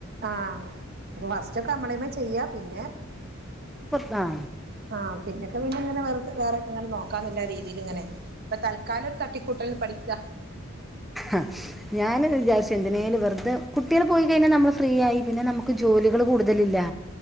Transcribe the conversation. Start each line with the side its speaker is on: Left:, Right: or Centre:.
Right: ആഹ് അപ്പം ഫസ്റ്റൊക്കെ അമ്മളേമ്മെ ചെയ്യാ പിന്നെ
Centre: പൊർത് ആഹ്
Right: ആഹ് പിന്നെക്കെ പിന്നെങ്ങനെ വെർതെ വേറെക്കെങ്ങനെ നോക്കാന്നില്ല രീതീല് ഇങ്ങനെ ഇപ്പൊ തൽക്കാലം ഒരു തട്ടിക്കൂട്ടലന്ന് പഠിക്ക
Centre: ആഹ് ഞാൻ വിചാരിച്ചു എന്തിനോല വെറുതെ കുട്ടികൾ പോയി കഴിഞ്ഞാൽ നമ്മള് ഫ്രീ ആയി പിന്നെ നമുക്ക് ജോലികൾ കൂടുതലില്ല